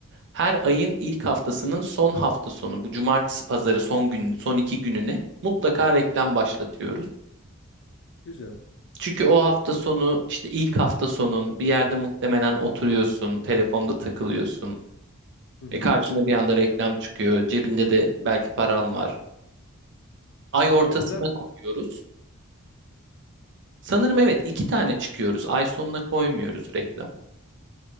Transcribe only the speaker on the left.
Güzel.
Hı hı.
Güzel,
güzel,